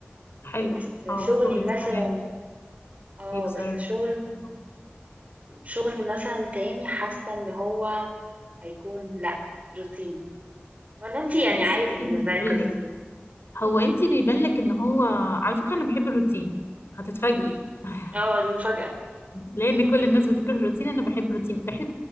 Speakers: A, on the left; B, on the right.
A: حلو
B: بس
A: اه
B: شغلي
A: شغل
B: مثلا
A: في الإعلام
B: اه
A: يكسر
B: بس شغل
A: آه.
B: شغل مثلا تاني حاسه ان هو هيكون لا روتين ولا انتي يعني
A: بصي
B: عادي بالنسبه
A: انا هقول
B: لك الروتين
A: لك هو انت بيبان لك ان هو على فكره انا بحب الروتين هتتفاجئي <laughs>
B: اه دي مفاجاه
A: لان كل الناس بتكره الروتين انا بحب الروتين بحب